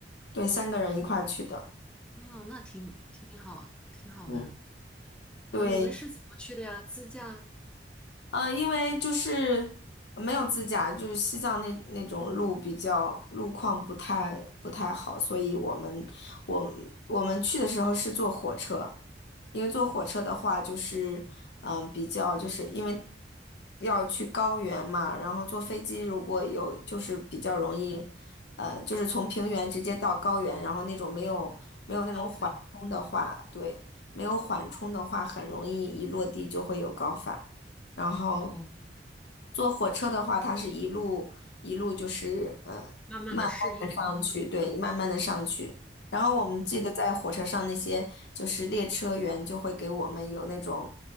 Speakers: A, on the left; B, in the centre.
A: 对，三个人一块去的。
B: 哇，那挺挺好，挺好的。
A: 嗯，
B: 啊，
A: 对。
B: 你们是怎么去的呀？自驾、
A: 呃，因为就是没有自驾，就是西藏那那种路比较路况不太不太好，所以我们我我们去的时候是坐火车，因为坐火车的话就是嗯、呃比较就是因为要去高原嘛，然后坐飞机如果有就是比较容易，呃就是从平原直接到高原，然后那种没有没有那种缓冲的话，
B: 高反？
A: 对，没有缓冲的话很容易一落地就会有高反。
B: 哦，
A: 然后
B: 哦这样，
A: 坐火车的话，它是一路一路就是呃慢慢的上去，
B: 慢慢的适应。嗯
A: 对，慢慢的上去。然后我们记得在火车上那些就是列车员就会给我们有那种
B: 嗯